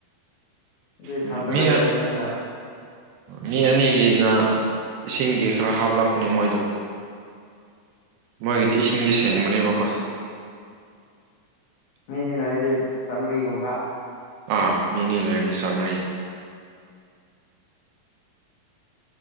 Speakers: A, on the left; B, on the right.
A: ꯑꯗꯨ ꯏꯊꯟꯗ
B: ꯎꯝ ꯃꯤ
A: ꯂꯩꯒꯗꯕꯅꯤꯅ
B: ꯃꯤ ꯑꯅꯤꯒꯤꯅ ꯏꯁꯤꯡꯒꯤ ꯈꯔ ꯍꯥꯞꯂꯛꯄꯅꯦ ꯃꯣꯏꯗꯣ ꯃꯣꯏꯒꯤꯗꯤ ꯏꯁꯤꯡꯗꯤ ꯁꯦꯡꯕꯅꯦꯕꯀꯣ
A: ꯃꯅꯤꯤꯟ ꯍꯥꯏꯥꯏꯗꯤ ꯁꯔꯤꯒꯨꯝꯕ
B: ꯑꯥ ꯃꯤꯅꯤ ꯂꯩꯔꯗꯤ ꯆꯥꯃꯩ